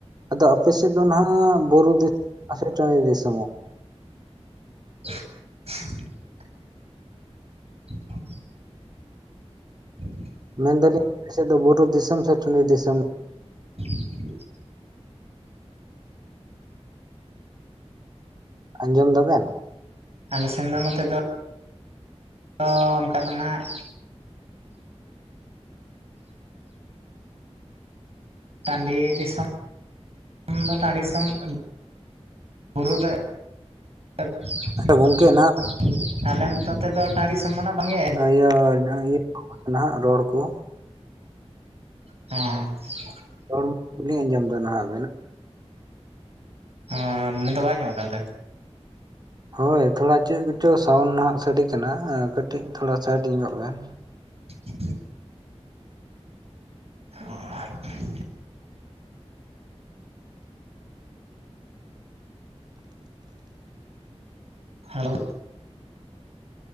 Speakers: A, on the right; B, on the right.
A: ᱟᱫᱚ ᱟᱯᱮ ᱥᱮᱜ ᱫᱚ ᱱᱟᱦᱟᱜ ᱵᱩᱨᱩ ᱫᱤᱥ <unintelligible> ᱴᱟᱺᱰᱤ ᱫᱤᱥᱚᱢᱚᱜ?
B: <inaudible> <inaudible> <inaudible>
A: ᱢᱮᱱ ᱫᱟᱹᱞᱤᱧ ᱟᱯᱮ ᱥᱮᱜ ᱫᱚ ᱵᱩᱨᱩ ᱫᱤᱥᱚᱢ ᱥᱮ ᱴᱟᱺᱰᱤ ᱫᱤᱥᱚᱢ?
B: <inaudible>
A: ᱟᱸᱡᱚᱢ ᱫᱟᱵᱮᱱ?
B: ᱟᱞᱮ ᱥᱮᱱ ᱫᱚ ᱱᱚᱛᱮ ᱫᱚ ᱛᱚ ᱚᱱᱠᱟ ᱫᱚ ᱱᱟᱦᱟᱜ ᱴᱟᱺᱰᱤ ᱫᱤᱥᱚᱢ ᱫᱚ ᱴᱟᱺᱰ ᱫᱤᱥᱚᱢ ᱠᱟᱱᱟ ᱵᱩᱨᱩ ᱫᱚ <unintelligible>
A: ᱟᱪᱪᱷᱟ ᱜᱚᱝᱠᱮ ᱱᱟᱦᱟᱜ
B: ᱟᱞᱮ ᱱᱚᱛᱮ ᱛᱮᱫᱚ ᱴᱟᱺᱰᱤ ᱫᱤᱥᱚᱢ ᱫᱚ ᱱᱟᱜ ᱵᱟᱝ ᱜᱮ
A: ᱤᱭᱟ ᱰᱟᱝᱨᱤ ᱱᱟᱦᱟᱜ ᱨᱚᱲ ᱠᱩ᱾
B: ᱦᱩᱸ᱾
A: ᱨᱚᱲ ᱠᱚᱞᱤᱧ ᱟᱸᱡᱚᱢ ᱮᱫᱟ ᱱᱟᱦᱟᱜ ᱵᱮᱱ
B: ᱚ ᱱᱤᱛᱚᱜ ᱵᱟᱝ ᱟᱡᱚᱢᱚᱜ ᱠᱟᱱ ᱛᱟᱦᱮᱸ?
A: ᱦᱳᱭ ᱛᱷᱚᱲᱟ ᱪᱮᱜ ᱠᱚᱪᱚ ᱥᱟᱣᱩᱱ ᱱᱟᱦᱟᱜ ᱥᱟᱰᱤ ᱠᱟᱱᱟ ᱠᱟᱹᱴᱤᱡ ᱛᱷᱚᱲᱟ ᱥᱟᱭᱤᱴ ᱧᱚᱜᱚᱜ ᱵᱮᱱ᱾
B: <inaudible> <inaudible> ᱦᱮᱞᱳ᱾